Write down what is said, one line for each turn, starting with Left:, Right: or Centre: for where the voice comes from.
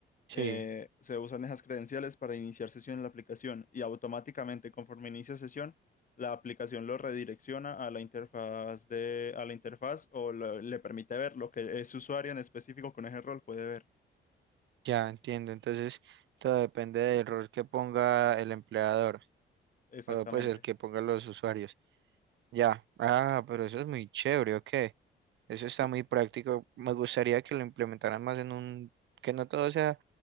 Right: sí,
Left: eh, se usan esas credenciales para iniciar sesión en la aplicación y automáticamente conforme inicia sesión, la aplicación lo redirecciona a la interfaz de, a la interfaz o lo- le permite ver lo que ese usuario en específico con ese rol puede ver.
Right: ya entiendo. Entonces, todo depende del rol que ponga el empleador
Left: Exactamente.
Right: o pues el que pongan los usuarios. Ya, ah, pero eso es muy chévere, ok. Eso
Left: Sí,
Right: está muy práctico. Me gustaría que lo implementaran más en un, que no todo sea